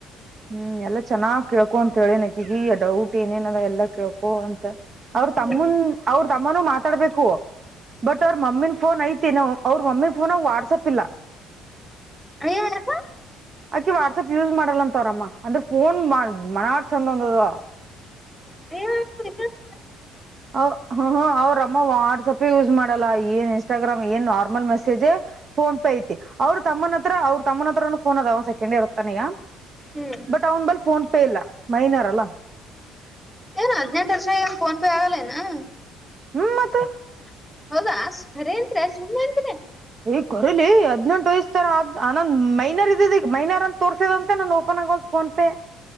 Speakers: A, on the right; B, in the centre.
A: ಹ್ಮ್ ಎಲ್ಲಾ ಚೆನ್ನಾಗ್ ಕೇಳ್ಕೊ ಅಂತ ಹೇಳಿ ನಕಗ ಡೌಟ್ ಏನೇನವ ಎಲ್ಲಾ ಕೆಳ್ಕೊ ಅಂತ ಅವ್ರ ತಮ್ಮನ್
B: ಹ್ಮ್
A: ಅವ್ರ ತಮ್ಮನ ಮಾತಾಡ್ಬೇಕು ಬಟ್ ಅವ್ರ ಮಮ್ಮಿ ಫೋನ್ ಐ <unintelligible> ಅವ್ರ ಒಮ್ಮೆ ಪೋನ ವಾಟ್ಸಪ್ ಇಲ್ಲ
B: ಅಯ್ಯ ಯಪ್ಪ
A: ಆಕಿ ವಾಟ್ಸಪ್ ಯೂಸ್ ಮಾಡಲ್ಲ ಅಂತವರಮ್ಮ ಅಂದ್ರೆ ಫೋನ್ ಮನಾರ್ ಚಂದ ಒಂದದ
B: ಇ
A: ಹ ಹ್ಮ ಅವ್ರ ಮ್ಮ ವಾಟ್ಸ್ಪ್ ಯೂಸ್ ಮಾಡಲ್ಲ ಏನ್ ಇನ್ಸ್ಟಾಗ್ರಾಮ್ ಏನ್ ನಾರ್ಮಲ್ ಮೆಸೇಜ್ ಫೋನ್ ಪೇ ಐತಿ ಅವ್ರ ತಮ್ಮನ್ನ ಹತ್ರ ಅವ್ರ ತಮ್ಮ ಹತ್ರ ಫೋನ್ ಅದ ಒ ಸೆಕೆಂಡ್ ಇರುತ್ತಾನ ಈಗ
B: ಹ್ಮ್
A: ಬಟ್ ಅವ್ನ ಬಲ್ ಫೋನ್ ತಪ್ಪೇ ಇಲ್ಲ ಮೈನರ್ಲ್ಲ
B: ಏನು ಹದಿನೆಂಟು ವರ್ಷ ಏನು ಪೊನ್ ಪೇ ಆಗಾಲೇನಾ ಹ
A: ಹ್ಮ್
B: <inaudible>
A: ಮತ್ತ
B: ಹೌದಾ ಖರೆ ಅಂತ್ರ ಸು ಅಂತ್ರ
A: ಈಗ ಕೊರಲಿ ಹದ್ನೆೆಂಟು ವಯಸ್ ತರ ಆದ್ ಆನ್ ಮೈನರ್ ಇದದ ಈಗ ಮೈನರ್ ಅನ್ ತೋರ್ಸದಂತೆಂತ ನಾನ ಓಪನ್ ಆಗೋ ಫೋನ್ ಪೇ